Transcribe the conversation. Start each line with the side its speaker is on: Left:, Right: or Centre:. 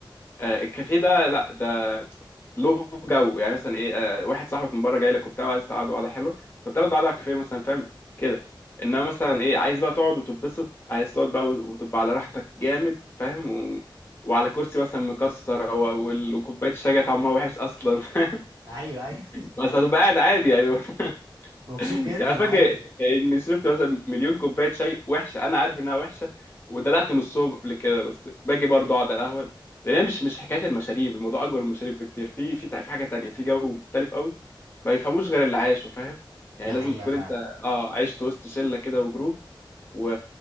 Left: آه، الكافيه ده لا ده له جو يعني مثلا ايه آه واحد صاحبك من بره جاي لك وبتاع وعايز تقعدوا قعده حلوه فبتاخدوا قعده على الكافيه مثلا فاهم كده انما مثلا ايه عايز بقى تقعد وتتبسط عايز تقعد بقى وتبقى على راحتك جامد فاهم و... وعلى كرسي مثلا مكسر و... وال- وكوبايه الشاي جاية طعمها وحش اصلا <laughs>
Right: ايوه ايوه
Left: بس هتبقى قاعد عادي يعني <laughs>
Right: مبسوط جدا
Left: يعني فاكر
Right: عادي
Left: اني شربت مثلا مليون كوبايه شاي وحشه انا عارف انها وحشه ودلقت نصهم قبل كده بس باجي برضه اقعد على القهوه لان هي مش مش حكايه المشاريب الموضوع اكبر من المشاريب بكتير في في تع- في حاجه تانية في جو مختلف قوي ما يفهموش غير اللي عايشه فاهم يعني
Right: ده
Left: لازم
Right: حقيقه
Left: تكون
Right: فعلا
Left: انت اه عشت وسط شله كده وجروب و...